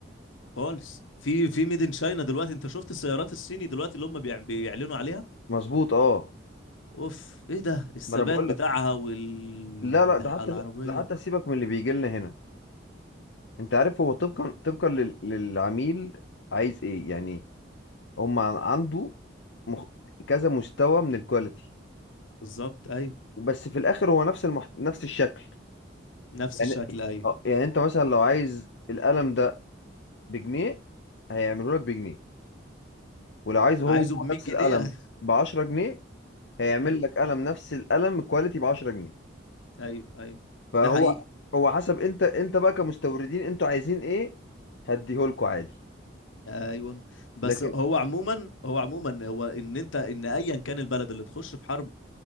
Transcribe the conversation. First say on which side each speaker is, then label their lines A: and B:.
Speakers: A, on the left (about 85°); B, on the left (about 65°).
A: خالص في في ميد ان شاينا دلوقتي انت شفت السيارات الصيني دلوقتي اللي هم بيع- بيعلنوا عليها
B: مظبوط اه
A: اوف ايه ده الثبات
B: ما انا بقول
A: بتاعها
B: لك
A: والعربيه
B: لا لا ده حتى ده حتى سيبك من اللي بيجي لنا هنا انت عارف هو طبقا طبقا لل... للعميل عايز ايه يعني هم عن- عنده مخ... كذا مستوى من الكواليتي
A: بالظبط ايوه
B: بس في الاخر هو نفس المح... نفس الشكل
A: نفس
B: يعني
A: الشكل ايوه
B: اه يعني انت مثلا لو عايز القلم ده بجنيه هيعمله لك بجنيه ولو عايز هو
A: عايزه
B: هو
A: ب 100
B: نفس
A: جنيه
B: القلم
A: <laughs>
B: ب 10 جنيه هيعمل
A: ايوه
B: لك قلم نفس القلم كواليتي ب 10 جنيه
A: ايوه ايوه
B: فهو
A: ده حقيقي
B: هو حسب انت انت بقى كمستوردين انتوا عايزين ايه هديهولكوا عادي
A: ايوه بس
B: لكن
A: هو عموما هو عموما هو ان انت ان ايا كان البلد اللي تخش في حرب